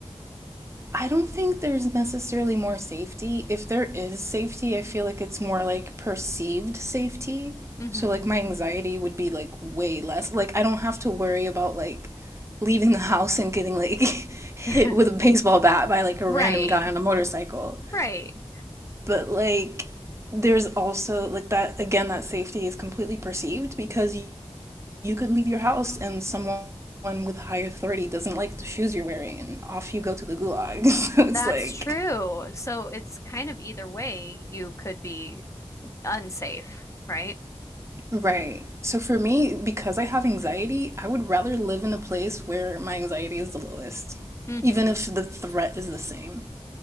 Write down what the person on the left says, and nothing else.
Mhm.
<laughs>
Right.
Right.
That's
true. So it's kind of either way, you could be unsafe, right?
hmm